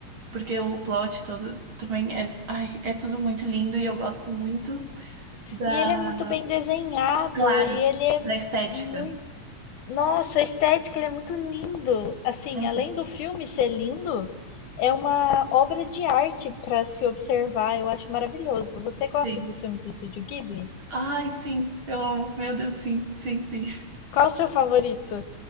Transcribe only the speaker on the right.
Porque o plot todo também é, ai, é tudo muito lindo e eu gosto muito da,
claro,
da estética.
Uhum.
Sim.
Ai, sim, eu amo. Meu Deus, sim, sim, sim.